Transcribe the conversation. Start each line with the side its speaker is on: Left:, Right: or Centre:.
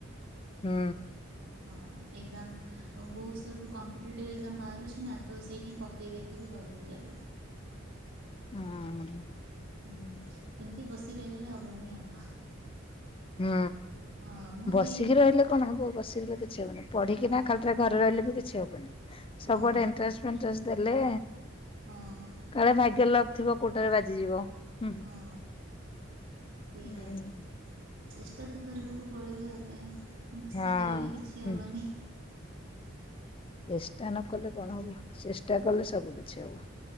Left: ହୁଁ।
Right: ହଁ ଏଗଜାମ୍ ଆଉ ବୋହୁତ ସବୁ କମ୍ପିଟେଟିଭ୍ ଏଗଜାମ୍ ବାହାରୁଛି ନା ତ ସେଇଠି ହିଁ ପକେଇ ଦେଖିବି କରିବି ଯଦି।
Left: ହୁଁ ଉଁ।
Right: ହୁଁ, ସେମିତି ବସି ରହିଗଲେ ହବନି ଆଉ।
Left: ହୁଁ
Right: ହଁ ମୁଁ
Left: ବସିକି
Right: ବି
Left: ରହିଲେ କଣ ହବ ବସିକି ରହିଲେ। କିଛି ହନି ପଢିକିନା
Right: ହଁ
Left: ଖାଲିଟାରେ ଘରେ ରହିଲେ ବି କିଛି ହବନି
Right: ହଁ
Left: ସବୁଆଡେ ଏଣ୍ଟ୍ରାନ୍ସ, ଫେଣ୍ଟ୍ରାସ, ଦେଲେ।
Right: ହଁ।
Left: କାଳେ ଭାଗ୍ୟ ଲକ ଥିବ କୋଉଟାରେ ବାଜିଯିବ। ହୁଁ
Right: ହଁ, ସେଇଆ।
Left: ହୁଁ।
Right: ଚେଷ୍ଟା ତ କରିବାକୁ ପଡିବ ଏବେ ବସିକି
Left: ହୁଁ ହଁ।
Right: ରହିଲେ କିଛି
Left: ହୁଁ।
Right: ହବନି।
Left: ଚେଷ୍ଟା ନ କଲେ କଣ ହବ ଚେଷ୍ଟା କଲେ ସବୁ କିଛି ହବ।